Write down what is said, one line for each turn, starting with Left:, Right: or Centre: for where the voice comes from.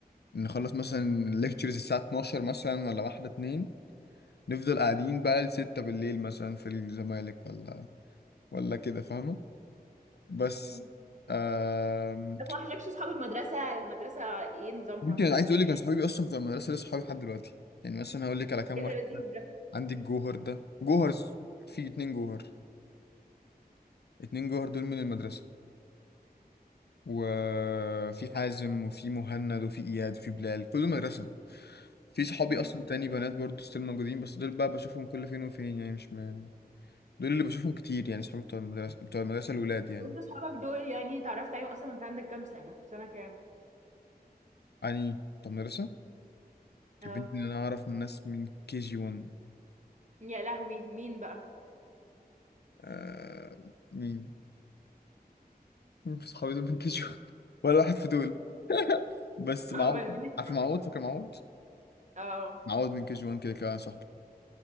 Left: نخلص مثلا ليكتشرز الساعه 12 مثلا ولا واحده اتنين نفضل قاعدين بقى لستة بالليل مثلا في الزمالك ولا ولا كده فاهمه بس
Right: مم.
Left: آم...
Right: طب ما وحشكش اصحاب المدرسة؟ المدرسة ايه نظامها
Left: يمكن
Right: في
Left: عايز
Right: الدنيا؟
Left: اقول لك انا صحابي اصلا بتوع المدرسه لسه صحابي لحد دلوقتي يعني مثلا هقول لك على كام
Right: ايه
Left: واحد
Right: ده لذيذ
Left: عندي الجوهر ده جوهرز في اتنين جوهر اتنين جوهر دول من المدرسه وفي حازم وفي مهند وفي اياد وفي بلال كله مدرسه في صحابي
Right: ده؟
Left: اصلا تاني بنات برضه ستيل موجودين بس دول بقى بشوفهم كل فين وفين يعني مش م... دول اللي بشوفهم كتير يعني صحابي بتوع المدرسه بتوع المدرسه الولاد يعني
Right: وانت اصحابك دول يعني اتعرفت عليهم اصلا وانت عندك كام سنة في سنة كام
Left: يعني بتوع المدرسه
Right: اه
Left: البنت اللي انا اعرف من ناس من كي جي 1
Right: يا لهوي مين بقى
Left: آه... مين مين في صحابي دول من كي جي 1 <laughs> ولا واحد في دول بس
Right: <laughs>
Left: معوض
Right: امال مين
Left: عارف معوض فاكر معوض
Right: اه
Left: معوض من كي جي 1 كده كده صاحبي